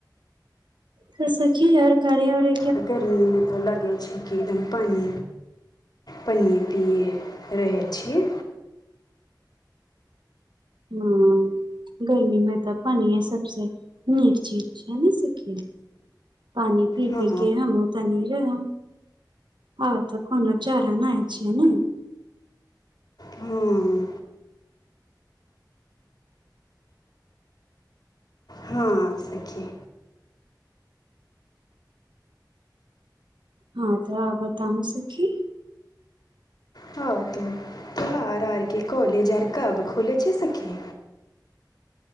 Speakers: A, on the right; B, on the left.
A: तऽ सखी यार कार्य ओर
B: आ गर्मीमे तऽ लगै छै कि एकदम पानि पानियए पियै रहै छीयै
A: हम्म गर्मी मे तऽ पानिए सबसे नीक चीज छै ने सखी पानि पी
B: हँ
A: पी के हम तनी रह आर तऽ कोनो चरा नहि छैय ने
B: हँ हँ
A: हू
B: सखी
A: हँ तऽ बताउ सखी
B: हँ त त्य हार आरके कॉलेज आर कब खुले छै सखी